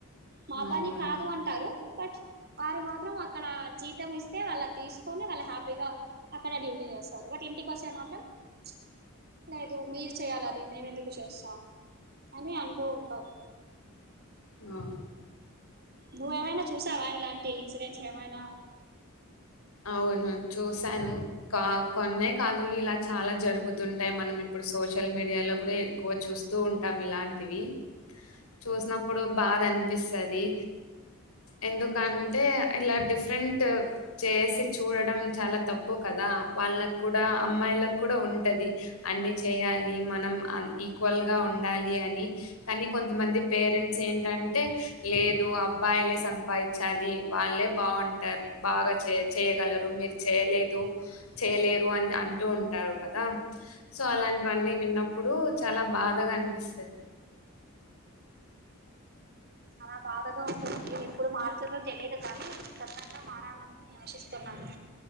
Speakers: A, on the right; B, on the left.
A: మా పని
B: అవును.
A: కాదు అంటారు బట్ వారు మాత్రం అక్కడ జీతం ఇస్తే వాళ్ళు అది తీసుకొని వాళ్ళు హ్యాపీగా అక్కడ డ్యూటీ చేస్తారు బట్ ఇంటికి వస్తే మాత్రం ప్చ్ లేదు మీరు చేయాలి అది మేము ఎందుకు చేస్తాం అని అంటూ ఉంటారు
B: ఆ
A: నువ్వేమైనా చూసావా ఇలాంటి ఇన్సిడెన్స్ ఏమైనా
B: అవును చూసాను కా కొన్నే కాదు ఇలా చాలా జరుగుతుంటాయి మనం ఇప్పుడు సోషల్ మీడియాలో కూడా ఎక్కువ చూస్తూ ఉంటాం ఇలాంటివి చూసినప్పుడు బాధ అనిపిస్తు టది ఎందుకంటే ఇలా డిఫరెంట్ చేసి చూడడం చాలా తప్పు కదా వాళ్ళకు కూడా అమ్మాయిలకు కూడా ఉంటది అన్ని చేయాలి మనం ఈక్వల్గా ఉండాలి అని కానీ కొంతమంది పేరెంట్స్ ఏంటంటే లేదు అబ్బాయిలే సంపాదించాలి వాళ్ళే బాగుంటారు బాగా చే చేయగలరు మీరు చేయలేదు చేయలేరు అని అంటూ ఉంటారు కదా సో అలాంటివన్నీ
A: అవును
B: విన్నప్పుడు చాలా బాధగా అనిపిస్తది
A: చాలా బాధగా ఉంటుంది ఎప్పుడు మారుతుందో తెలియదు కానీ తొందరగా మారాలని ఆశిస్తున్నాను